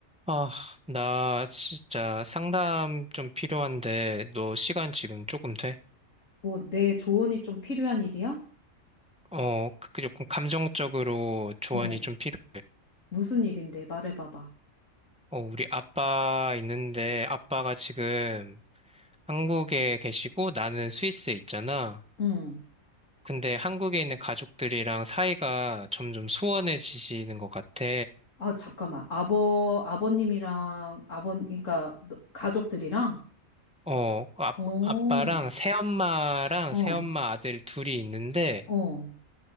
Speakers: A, in the centre; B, on the left.
A: 아, 나 진짜 상담 좀 필요한데, 너 시간 지금 조금 돼?
B: 뭐, 내 조언이 좀 필요한 일이야?
A: 어, 그, 그 조금 감정적으로 조언이
B: 어,
A: 좀 필요해.
B: 무슨 일인데? 말해봐봐.
A: 어, 우리 아빠 있는데, 아빠가 지금 한국에 계시고, 나는 스위스에 있잖아.
B: 응.
A: 근데 한국에 있는 가족들이랑 사이가 점점 소원해지시는 것 같아.
B: 아, 잠깐만. 아버, 아버님이랑, 아버, 그러니까, 너- 가족들이랑?
A: 어, 아,
B: 어,
A: 아빠랑 새엄마랑
B: 어,
A: 새엄마 아들 둘이 있는데,
B: 어.